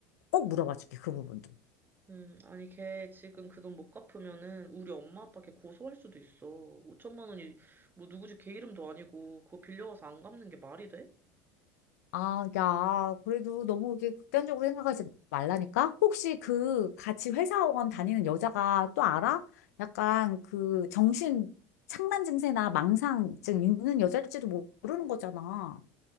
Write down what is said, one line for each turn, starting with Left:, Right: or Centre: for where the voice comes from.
Left: 꼭 물어봐 줄게. 그 부분도.
Right: 음, 아니, 걔 지금 그 돈 못 갚으면은 우리 엄마 아빠 걔 고소할 수도 있어. 5천만 원이 뭐 누구 집 걔 이름도 아니고 그거 빌려가서 안 갚는 게 말이 돼?
Left: 아, 야, 그래도 너무 이렇게 극단적으로 생각하지 말라니까? 혹시 그 같이 회사원 다니는 여자가 또 알아? 약간 그 정신 착란 증세나 망상증 있는 여자일지도 모르는 거잖아.